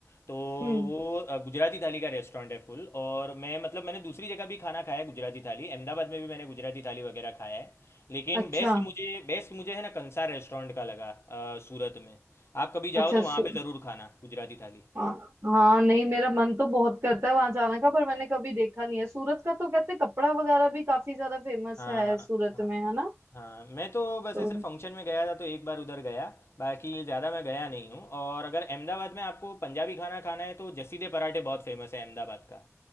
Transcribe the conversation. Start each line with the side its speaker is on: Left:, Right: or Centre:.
Left: तो
Right: हम्म
Left: वो अ, गुजराती थाली का रेस्टोरेंट है फुल और मैं मतलब मैंने दूसरी जगह भी खाना खाया है गुजराती थाली अहमदाबाद में भी मैंने गुजराती थाली वगैरह खाया है लेकिन
Right: अच्छा
Left: बेस्ट मुझे बेस्ट मुझे है ना कंसार रेस्टोरेंट का लगा अ, सूरत में आप कभी जाओ
Right: अच्छा
Left: तो वहाँ
Right: सु,
Left: पे ज़रूर खाना गुजराती थाली
Right: हाँ हाँ, नहीं मेरा मन तो बहुत करता है वहां जाने का पर मैंने कभी देखा नहीं है सूरत का तो कहते कपड़ा वगैरह भी काफी ज्यादा फेमस
Left: हाँ
Right: है
Left: हाँ
Right: सूरत
Left: हाँ
Right: में है ना
Left: हाँ मैं तो बस
Right: तो
Left: ऐसे फंक्शन में गया था तो एक बार उधर गया बाकी ज़्यादा मैं गया नहीं हूँ और अगर अहमदाबाद में आपको पंजाबी खाना खाना है तो जसीदे पराठे बहुत फेमस है अहमदाबाद का